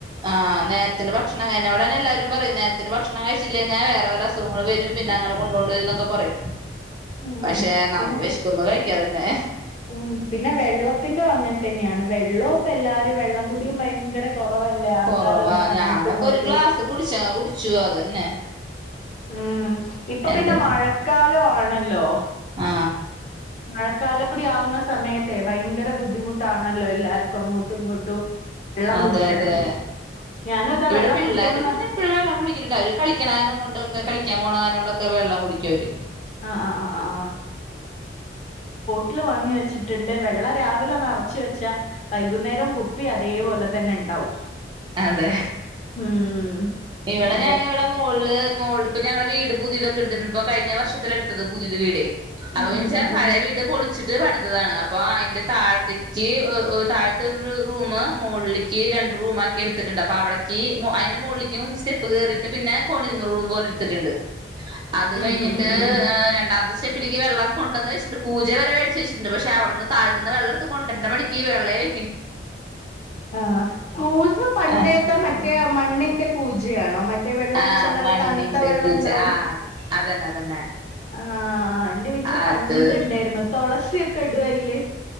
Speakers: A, on the right; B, on the left.
A: ആ നേരത്തിൻ്റെ ഭക്ഷണം കഴിഞ്ഞോടനെ എല്ലാവാരും പറയും നേരത്തിന്റെ ഭക്ഷണം കഴിച്ചില്ലെങ്ങേ വേറെ വെല്ല അസുഖങ്ങൾ വരും. പിന്നെ അങ്ങനെ കൊണ്ടോണ്ട വരുംന്നൊക്കെ പറയും.
B: ഉം
A: പക്ഷെ നമുക്ക്
B: പിന്നെ
A: വിശിക്കുമ്പോ കഴി ക്ക അതന്നെ
B: ഉം പിന്നെ വെള്ളത്തിന്റെ അങ്ങനെ തന്നെയാണ്. വെള്ളോം ഇപ്പ എല്ലാരും വെള്ളംകൂടിയും ഭയങ്കര കുറവല്ലേ ആൾക്കാര്
A: കൊറവാ.
B: തമ്മിൽ
A: ഞാനൊക്കെ
B: അങ്ങോട്ടും ഇങ്ങോട്ടും
A: ഒരു ഗ്ലാസ് കുടിച്ചാ കുടിച്ചു അതന്നെ.
B: ഉം ഇപ്പൊ പിന്നെ
A: എന്ത്
B: മഴക്കാലോ ആ ണല്ലോ.
A: ആ
B: മഴക്കാലം കൂടി ആവുന്ന സമയത്തെ ഭയങ്കര ബുദ്ധിമുട്ടാണല്ലോ എല്ലാർക്കും അങ്ങോട്ടും ഇങ്ങോട്ടും. വെള്ളം
A: അതെ
B: കുടിക്കാനൊക്കെ
A: അതെ.
B: ഞാനും ഇതാ
A: ഇവിടെ
B: വെള്ളം
A: പിള്ളേര്
B: കുടിക്കണം
A: പിന്നെ എപ്പഴും വെള്ളം കുടിക്കണ്ടട്ടാ. അവര് കളിക്കണ കാരണം കൊണ്ടൊക്കെ കളി ക്കാൻ പോണാ കാരണോണ്ടൊക്കെ വെള്ളം കുടിക്കവര്.
B: ആഹ് ആഹ് ആഹ് ആഹ് വീട്ടില് വാങ്ങി വെച്ചിട്ടുണ്ട്. വെള്ളം രാവിലെ നിറച്ച് വെച്ചാ വൈകുന്നേരം കുപ്പി അതേപോലെ തന്നെ ഉണ്ടാവും.
A: അതെ.
B: ഉം
A: ഇവിടെ
B: അതെ
A: ഞാനിവിടെ മോളില് മോളില് ഇപ്പൊ ഞങ്ങടെ വീട് പുതിയതൊക്കെ എടുത്തിട്ടുണ്ട്. ഇപ്പൊ കഴിഞ്ഞ വർഷത്തില് എടുത്തത് പുതിയത് വീടേ. അപ്പൊ
B: ഉം
A: പിന്നെച്ചാ
B: ഉം ഉം
A: പഴയ
B: ഉം
A: വീട് പൊളി ച്ചിട്ട് പണിതതാണ് അ പ്പ അയിന്റെ താഴത്തേ ക്ക് ഒ ഒ താഴത്ത് ഒരുരു റൂമ് മുകളിലേക്ക് രണ്ട് റൂമാക്കി എടുത്തിട്ടുണ്ട്. അപ്പൊ അവിടക്ക് മോ അയിന്റെ മുകളിലേ ക്കുംസ്റ്റെപ്പ് കേറീട്ട് പിന്നെ കോണിങ്ങ് റൂമു പോൽ എടു ത്തിട്ടുണ്ട്. അത് കഴിഞ്ഞിട്ട്
B: ഉം ഉം ഉം ഉം ഉം
A: രണ്ടാമത്തെ സ്റ്റെ പ്പിലേക്ക് വെള്ളം കൊണ്ടന്നുവച്ചിട്ടുണ്ട്. കൂജ വരെ വേടിച്ചു വച്ചിട്ടുട്ട്. പക്ഷെ അവിടുന്ന് താഴത്തുന്ന് വെള്ളെടുത്ത് കൊണ്ടരണ്ട മടിക്ക് വെള്ളെലെ
B: ആ കൂജ പണ്ടേത്ത
A: ആഹ്
B: മറ്റേ ആ മണ്ണിന്റെ കൂജയാണോ മറ്റ് റ്റേ വെള്ളം
A: ആഹ്
B: വെച്ചാ നല്ല
A: മണ്ണിന്റെ
B: തണുത്ത വെള്ളം
A: കൂജ
B: ഉണ്ടാവും.
A: ആഹ് അതന്നെ അതന്നെ
B: ആ എന്റെ വീട്ടില്
A: അത്
B: പണ്ടിണ്ടായിരുന്നു. തുളസിയൊ കെടുവായില്ലേ?